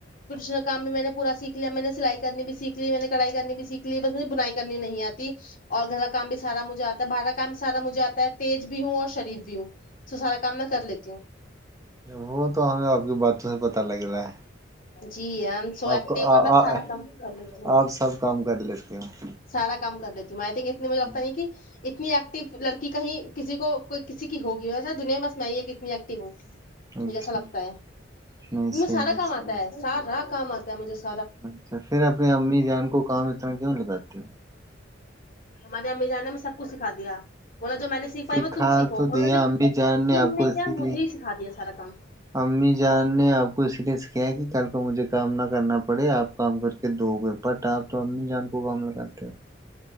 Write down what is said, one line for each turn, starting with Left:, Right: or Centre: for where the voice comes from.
Left: پرسنل کام بھی میں نے پورا سیکھ لیا میں نے سلائی کرنی بھی سیکھ لی میں نے کڑھائی کرنی بھی سیکھ لی بس مجھے بنائی کرنی نہیں آتی اور گھر کاکام بھی سارا مجھے آتا ہے باہر کام سارا مجھے آتا تیز بھی ہوں اور شریف بھی ہوں سارا کام میں کر لیتی ہوں
Right: وہ تو ایا وہ بعد میں پتا لگ رہا ہے۔
Left: جی ای ایم سو ایکٹیب
Right: آپ کو
Left: اور
Right: آ-
Left: میں
Right: آ-
Left: سارا کام کر لیتی ہوں
Right: آپ سب <inaudible>
Left: سارا کام کر دیتی ہوں میں اتنی مجھے لگتا
Right: ہوں،
Left: نہیں کہ <unintelligible> اتنی ایکٹو لڑکی کہیں کسی کو کوئی کسی کی ہوگی ویسا دنیا میں سنا نہیں کتنی ایکٹیب ہوں مجھے
Right: اچھا
Left: ایسا لگتا ہے ان
Right: نہیں
Left: میں
Right: صحیح
Left: سارا کام
Right: صحیح
Left: آتا ہے سارا کام آتا <unintelligible>
Right: اچھا پھر اپنی امی جان کو کام اتنا کیوں لگاتا <inaudible>
Left: ہمارے امی جان نے ہمیں سب کچھ سکھا دیا بولا جو میں نے سیکھ پائی
Right: سکھا
Left: وہ تم سیکھو
Right: تو
Left: اور
Right: دیا
Left: انہوں نے
Right: امی جان نے
Left: تم
Right: آپ کو اسی
Left: کیا مجھے
Right: لیے
Left: ہی سکھا دیا سارا کام
Right: امی جان نے آپ کو اسی لیے سکھا کہ کل کو مجھے کام نہ کرنا پڑے آپ کام کر کے دو گئے بٹ آپ تو امی جان مقابلہ کرتے ہو <unintelligible>